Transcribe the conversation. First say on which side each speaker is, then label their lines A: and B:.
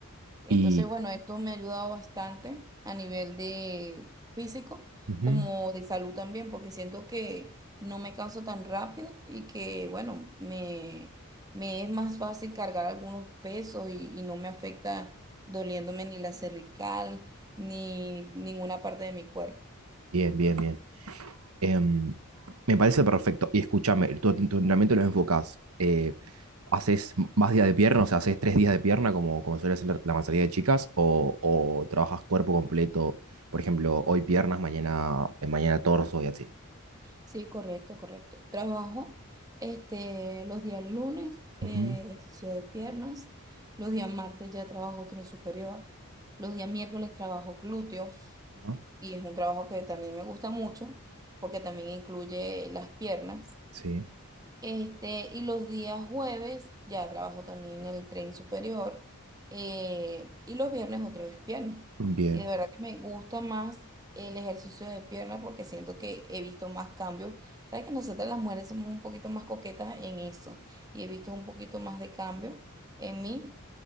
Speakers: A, on the right; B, on the right.
A: Entonces,
B: Y
A: bueno, esto me ha ayudado bastante a nivel de físico
B: Ujú.
A: como de salud también, porque siento que no me canso tan rápido y que, bueno, me, me es más fácil cargar algunos pesos y, y no me afecta doliéndome ni la cervical ni ninguna parte de mi cuerpo.
B: bien, bien, bien. Em, me parece perfecto. Y escúchame, tu, tu entrenamiento lo enfocás. eh, ¿haces más días de pierna? O sea, ¿haces tres días de pierna como, como suele hacer la, la mayoría de chicas? ¿O, o trabajas cuerpo completo? Por ejemplo, hoy piernas, mañana, eh, mañana torso y así.
A: Sí, correcto, correcto. Trabajo este, los días lunes, eh,
B: Ujú.
A: ejercicio de piernas. Los días martes ya trabajo tren superior. Los días miércoles trabajo glúteos.
B: Ajá.
A: Y es un trabajo que también me gusta mucho porque también incluye las piernas.
B: Sí.
A: Este, y los días jueves ya trabajo también en el tren superior. eh, y los viernes otra vez pierna.
B: Bien.
A: Y de verdad que me gusta más el ejercicio de pierna porque siento que he visto más cambios. Sabes que nosotras las mujeres somos un poquito más coquetas en eso. Y he visto un poquito más de cambio en mí